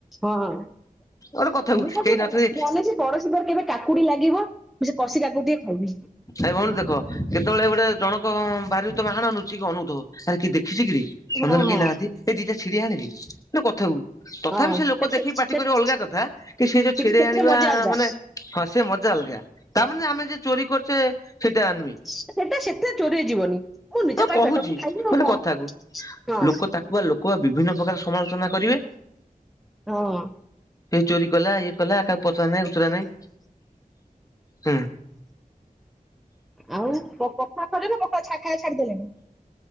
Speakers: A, in the centre; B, on the left.
A: ହଁ- ମୁଁ
B: ଗୋଟେ କଥାକୁ
A: ସବୁ
B: କେହି ନଥିବେ
A: ଜାଣିଚି, ପଡୋ ଶୀ ବାରିରେ କେବେ କାକୁଡି ଲାଗିବ, ମୁଁ ସେ କଷି କାକୁଡି ଟିକେ ଖାଇବି।
B: ନାଁଇ ଭଉଣୀ ଦେଖ, କେତେବେଳେ ଗୋଟେ ଜଣକ ଙ୍କ ବାରିରୁ ତମେ ଆଣ ନୁଚିକି ଅନଉଥିବ, ଆରେ କିଏ ଦେଖିଚି କିରେ
A: ହଁ
B: <unintelligible>
A: ହଁ
B: କେହି ନାହାନ୍ତି। ଏ ଦିଟା ଛିଡେଇ ଆଣେ ବେ, ଲୋ <unintelligible> ତଥାପି
A: ହଁ।
B: ସେ ଲୋକ ଦେଖିକି ପାଟି କରିବେ ଅଲଗା କଥା, କି ସେ ଯୋଉ
A: ସେଥିରେ
B: ଛିଡେଇ ଆଣିବା
A: ମଜା ଅଲଗା
B: ମାନେ ହଁ ସେ ମଜା ଅଲଗା, ତାମାନେ ଆମେ ଯୋଉ ଚୋରି କରୁଚେ ସେଟା ନୁହେଁ।
A: ସେଟା ସେଥିରେ ଚୋରିରେ ଯିବନି, ମୁଁ ନିଜ ପାଇଁ
B: କହୁଛି
A: ପେଟ ପାଇଁ ଖାଇବି
B: ମାନେ
A: ଆଉ କଣ
B: କଥାକୁ
A: ହଁ।
B: ଲୋକ ତାକୁ ବା ଲୋକ ବା ବିଭିନ୍ନ ପ୍ରକାର ସମାଲୋଚନା କରିବେ।
A: ହଁ ହଁ।
B: ହେଇ ଚୋରି କଲା ଇଏ କଲା, କାହାକୁ ପଚରା ନାଇଁ ଉଚୁରା ନାଇଁ ହୁଁ।
A: ଆଉ ପ - ପ- ପଖାଳ ଖାଉଛ ନାଁ ପଖାଳ ଖାଉ ଖାଇଆ ଛାଡିଦେଲେଣି?